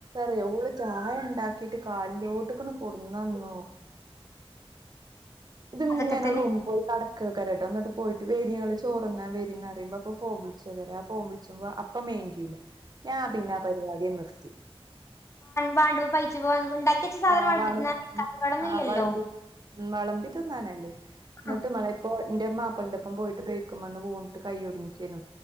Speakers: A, on the right; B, on the left.
A: റയും ഓൽ ചായ ഇണ്ടാക്കിട്ട് കാലിന്റോട്ടിക്ക് ഇങ്ങ്ട്ട് കൊടുന്നന്നു. ഇത്ങ്ങനെ
B: അതൊക്കെ തന്നെ
A: റൂം കടക്കയ്ക്കാരാട്ടോ ന്നട്ട് പോയിട്ട് വേരിങ്ങള് ചോറന്നാ വേരിന്നറി യുമ്പോ അപ്പൊ ഫോം വിളിച്ചയ് കാരം ആ ഫോം വിളിച്ചുമ്പോ അപ്പം മൈന്റയൂല ഞാൻ പിന്നെ ആ പരിപാടിയെ നിർത്തി.
B: വാണ്ടൂപോ <unintelligible> ഇണ്ടാക്കി സാധനം
A: ആഹ് വള
B: വേടന്നും
A: ആഹ്
B: <unintelligible> ഇല്ലോ
A: വളമ്പി ഉം വെളമ്പി തിന്നാനല്ലേ. എന്നിട്ട്
B: ആ
A: മാളേ ഇപ്പോ എന്റെ മാപ്പളന്റെപ്പം പോയിട്ട് ബൈക്കുമ്മേന്ന് വീണ്ട്ട് കൈയൊടിഞ്ഞിക്കയ്നു.